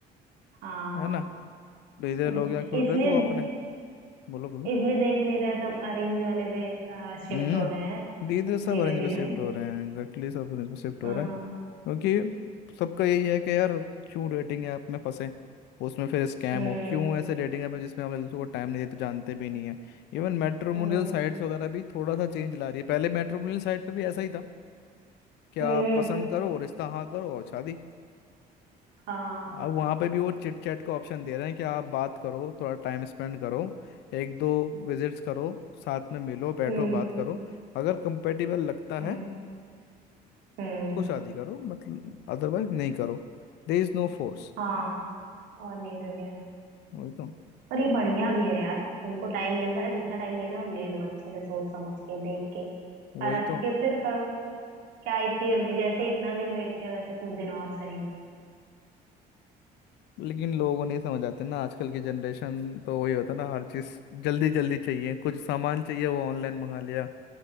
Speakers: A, on the right; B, on the left.
A: हाँ
B: है ना धीरे धीरे
A: <laughs>
B: लोग आंखें खुल
A: इसलिए
B: रहे हैं तो अपने बोलो बोलो
A: इसलिए देख नहीं रहे सब अरेंज वाले पे शिफ्ट
B: हम्म
A: हो रहे हैं
B: धीरे धीरे सब
A: धीरे
B: ऑरेंज पे
A: धीरे
B: शिफ्ट हो
A: <laughs>
B: रहे हैं एग्जैक्टली exactly, सब ऑरेंज पे शिफ्ट हो
A: हाँ
B: रहे हैं क्योंकि सबका यही है कि यार क्यों रेटिंग ऐप में फंसे उसमें फिर स्कैम
A: हम्म
B: हो क्यों ऐसे रेटिंग ऐप है जिसमें हम एक दूसरे को टाइम नहीं देते जानते भी नहीं है इवन मैट्रिमोनियल
A: हम्म
B: साइट्स वगैरह भी थोड़ा सा चेंज ला रही है पहले मैट्रिमोनियल साइट पे भी ऐसा ही था कि आप
A: हम्म
B: पसंद करो रिश्ता हाँ करो और शादी
A: हाँ
B: अब वहाँ पे भी वो चिट चैट का ऑप्शन दे रहे हैं कि आप बात करो थोड़ा टाइम स्पेंड करो एक दो विजिट्स करो साथ में मिलो बैठो
A: हम्म
B: बात करो अगर कंपेटिबल लगता
A: हम्म
B: है
A: हम्म
B: तो शादी करो मतलब अदरवाइज नहीं करो They is no force
A: हाँ और नहीं तो क्या
B: वही तो
A: और ये बढ़िया भी है यार तुमको टाइम मिल रहा है जितना टाइम लेना हो ले लो अच्छे से सोच समझ के देख के
B: वही
A: परख
B: तो
A: के फिर करो क्या इतनी जल्दी जैसे इतना दिन वेट किया वैसे कुछ दिन और सही
B: लेकिन लोगों नहीं समझ आते ना आजकल की जनरेशन तो वही होता ना हर चीज जल्दी जल्दी चाहिए कुछ सामान चाहिए वो ऑनलाइन मंगा लिया